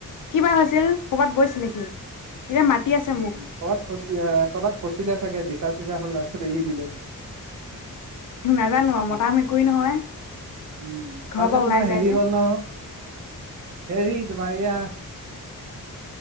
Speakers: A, on the left (about 65°); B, on the right (about 55°).
A: কিবা আছিল। কৰ'বাত গৈছিলে সি? এতিয়া মাতি আছে
B: উম,
A: মোক
B: ক'ৰবাত ফচিয়ে, ক'ৰবাত ফচিলে চাগে বিচাৰ। পিছদিনা খন লাষ্টত এৰি দিলে।
A: নাজানো আৰু
B: উম,
A: মতা মেকুৰী নহয়
B: উম
A: ঘৰৰ
B: তাৰ পিছত
A: পৰা ওলাই
B: তোমাৰ
A: যায়
B: হেৰি
A: যে
B: হ'ল ন। অ, 'হেৰি তোমাৰ এইয়া।